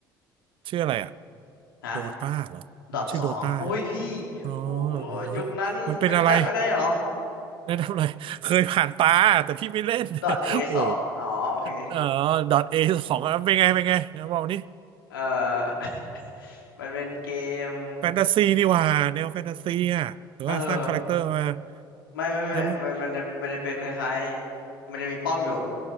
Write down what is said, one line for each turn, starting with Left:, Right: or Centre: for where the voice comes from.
Right: ชื่ออะไรอ่ะ
Left: ฮะ
Right: โดตาเหรอชื่อโดตาใช่ไหม
Left: ดอทสองโอ้ยพี่
Right: อ๋อ
Left: โอ้
Right: เออ
Left: ยยุคนั้นไม่รู้จักไม่ได้เหรอ
Right: มันเป็นอะไรแนะนำหน่อยเคยผ่านตาแต่พี่ไม่เล่น
Left: ดอทเอสองอ๋อโอเค
Right: <laughs> โอ้เออดอทเอสองเป็นไงเป็นไงนะบอกนี่
Left: เออ <laughs> มันเป็นเกม
Right: แฟนตาซีนี่หว่าแนวแฟนตาซีอ่ะหรือว่าสร้างคาแรคเตอร์มา
Left: เออไม่ไม่ไม่มันมันจะมันจะเป็นคล้ายๆมันจะมีป้อมอยู่
Right: ได้ไหม